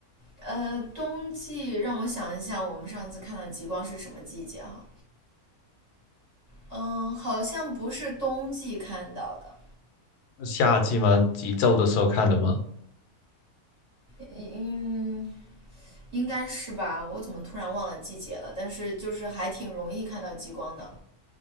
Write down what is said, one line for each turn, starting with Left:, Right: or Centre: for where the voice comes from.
Right: 呃，冬季让我想一下，我们上次看到极光是什么季节哈？嗯，好像不是冬季看到的，
Left: 是夏季吗？极昼的时候看的吗？
Right: 嗯，应该是吧？我怎么突然忘了季节了？但是就是还挺容易看到极光的。